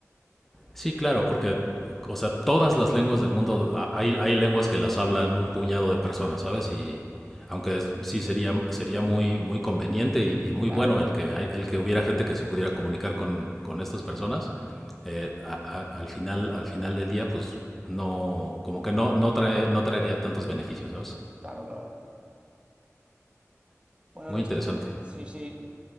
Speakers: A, in the centre; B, on the right (about 20°).
A: Sí, claro, porque, o sea, todas las lenguas del mundo, a- hay, hay lenguas que las hablan un puñado de personas, ¿sabes? Y aunque es- sí sería, sería muy, muy conveniente y, y muy
B: Claro,
A: bueno el que, hay- el que hubiera gente que se pudiera comunicar con, con estas personas, eh, a- a- al, final, al final del día, pues no, como que no, no, trae, no traería tantos beneficios, ¿sabes?
B: claro, claro. Bueno,
A: Muy
B: Luis,
A: interesante.
B: ti- sí, sí.